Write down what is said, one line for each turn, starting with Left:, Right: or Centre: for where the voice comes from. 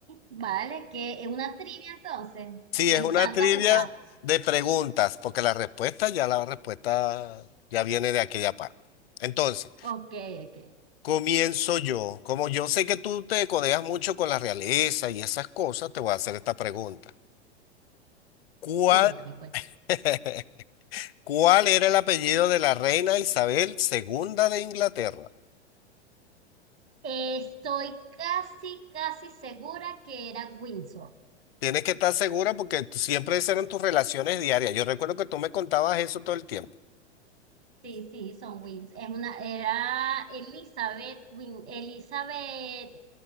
Right: vale, que es una trivia entonces.
Left: Sí,
Right: Me
Left: es
Right: encanta
Left: una trivia
Right: jugar.
Left: de preguntas, porque la respuesta ya la respuesta ya viene de aquella parte. Entonces.
Right: Ok, ok,
Left: Comienzo yo. Como yo sé que tú te codeas mucho con la realeza y esas cosas, te voy a hacer esta pregunta. ¿Cuál,
Right: cuéntame, cuéntame.
Left: <laughs> cuál era el apellido de la reina Isabel II de Inglaterra?
Right: Eh, Estoy casi, casi segura que era Windsor.
Left: Tienes que estar segura porque tú- siempre esas eran tus relaciones diarias. Yo recuerdo que tú me contabas eso todo el tiempo.
Right: Sí, sí, son Wins. Es una, era Elizabeth Win, Elizabeth,